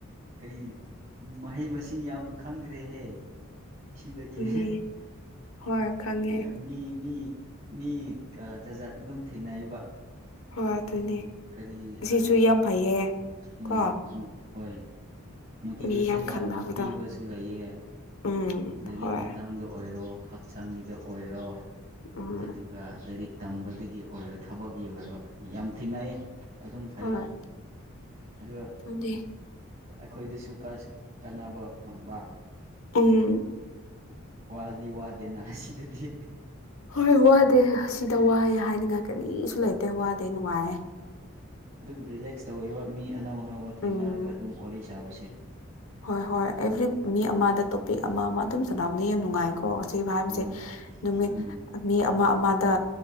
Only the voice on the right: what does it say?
ꯀꯔꯤ ꯃꯍꯩ ꯃꯁꯤꯡ ꯌꯥꯝ ꯈꯪꯈ꯭ꯔꯦꯍꯦ ꯁꯤꯗꯒꯤ
ꯌꯥꯝ ꯃꯤ ꯃꯤ ꯃꯤ ꯖꯥꯖꯥꯠ ꯑꯗꯨꯝ ꯊꯦꯡꯅꯔꯤꯕ
ꯎꯝ ꯀꯔꯤ
ꯑ
ꯎꯝ
ꯍꯣꯏ ꯃꯣꯇꯤꯚꯦꯁꯟ
ꯌꯥꯝꯅ ꯄꯤꯕꯁꯨ ꯂꯩꯌꯦ
ꯂꯥꯏꯔꯤꯛ
ꯃꯇꯥꯡꯗ ꯑꯣꯏꯔꯣ ꯍꯛꯆꯥꯡꯒꯤꯗ ꯑꯣꯏꯔꯣ
ꯑꯗꯨꯒ ꯂꯥꯏꯔꯤꯛ ꯇꯝꯕꯗꯒꯤ ꯑꯣꯏꯔꯣ ꯊꯕꯛꯀꯤ ꯑꯣꯏꯔꯣ ꯌꯥꯝ ꯊꯦꯡꯅꯩ ꯑꯗꯨꯝ ꯐꯩ
ꯑꯗꯨꯒ
ꯑꯩꯈꯣꯏꯗꯁꯨ ꯀꯔꯁꯨ ꯀꯥꯟꯅꯕ ꯐꯪꯕ
ꯋꯥꯗꯤ ꯋꯥꯗꯦꯅꯍ ꯁꯤꯗꯗꯤ
ꯎꯝ
ꯑꯗꯨꯝ ꯔꯤꯂꯦꯛꯁ ꯇꯧꯋꯦꯕ ꯃꯤ ꯑꯅꯧ ꯑꯅꯧꯕ ꯊꯦꯡꯅꯔꯒ
ꯑꯗꯨꯝ ꯋꯥꯔꯤ ꯁꯥꯕꯁꯦ
ꯍꯣꯏ
ꯎꯝ